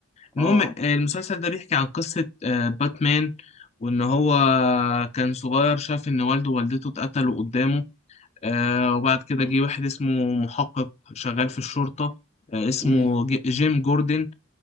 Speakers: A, on the left; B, in the centre.
A: المهم
B: اه
A: آه، المسلسل ده بيحكي عن قصة آه، باتمان وإن هو كان صغير شاف إن والده ووالدته اتقتلوا قدامه آه، وبعد كده
B: امم
A: جه واحد اسمه محقق شغال في الشرطة آه، اسمه
B: امم
A: ج- جيم جوردن